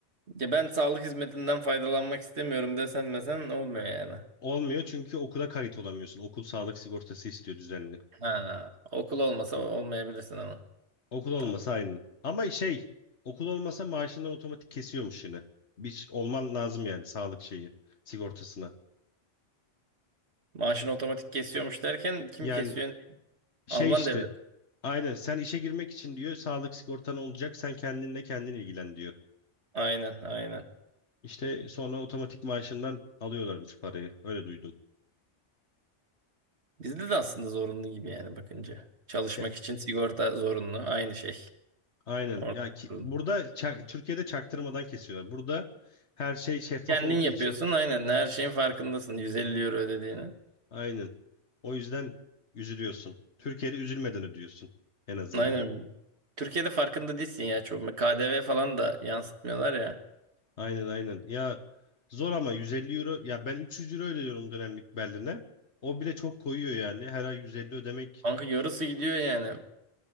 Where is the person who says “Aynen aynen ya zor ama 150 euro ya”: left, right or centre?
Left